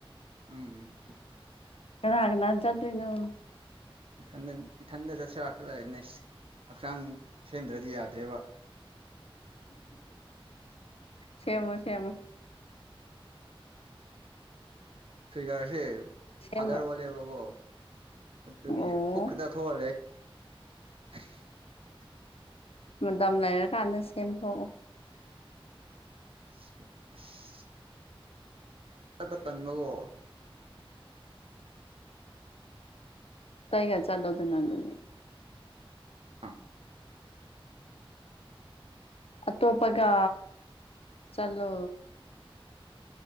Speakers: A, on the right; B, on the left.
A: ꯎꯝ
B: ꯀꯒꯅꯖꯗꯏꯅꯣ
A: ꯏ ꯊꯟ ꯏ ꯊꯟꯗꯁꯦ ꯔꯈꯂꯅꯦ ꯍꯛꯆꯥꯡ ꯁꯦꯝꯗ꯭ꯔꯗꯤ ꯌꯥꯗ꯭ꯔꯦꯕ
B: ꯁꯦꯝꯦꯃꯣ ꯁꯦꯃꯣ
A: ꯊꯒꯁꯦ
B: ꯁꯦꯝꯕ
A: ꯐꯥꯗꯔ ꯑꯣꯜꯂꯦꯕꯀꯣ ꯑꯗꯨꯒꯤ
B: ꯑꯣ
A: ꯄꯨꯛ ꯈꯤꯗ ꯊꯣꯛꯍꯜꯂꯦ <unintelligible>
B: ꯃꯇꯝ ꯂꯩꯔꯀꯥꯟꯗ ꯁꯦꯝꯊꯣꯛꯎ
A: <unintelligible> ꯀꯠꯄ ꯇꯪꯕꯀꯣ
B: ꯇꯥꯏꯒ ꯆꯜꯂꯣꯗ ꯑꯗꯨ ꯅꯅꯤ
A: ꯑ <unintelligible>
B: ꯑꯇꯣꯞꯄꯒ ꯆꯂꯣ